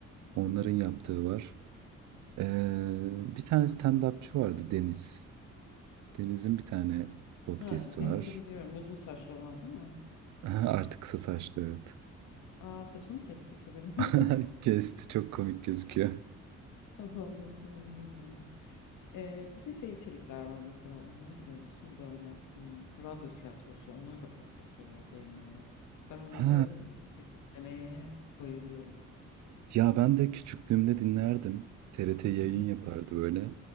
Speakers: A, on the right (about 70°); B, on the left (about 85°).
A: Onların
B: Hı hı.
A: yaptığı var. E, bir tane stand-upçı vardı Deniz. Deniz'in bir tane podcast'i
B: Ha, Deniz'i
A: var.
B: biliyorum. Uzun saçlı olan değil mi?
A: <laughs> Artık kısa saçlı evet.
B: Aa saçını kesti hiç haberim
A: <laughs>
B: yok.
A: Kesti çok komik gözüküyor.
B: <laughs> Tamam bakarım bilmiyorum. E, bir de şey içerikler var mesela onları biliyor musun? Böyle hmm, radyo tiyatrosu onları da podcast olarak yayınlıyorlar. Ben onları
A: Ha.
B: dinlemeye bayılıyorum.
A: Ya ben de küçüklüğümde dinlerdim. TRT yayın
B: Hı hı.
A: yapardı böyle.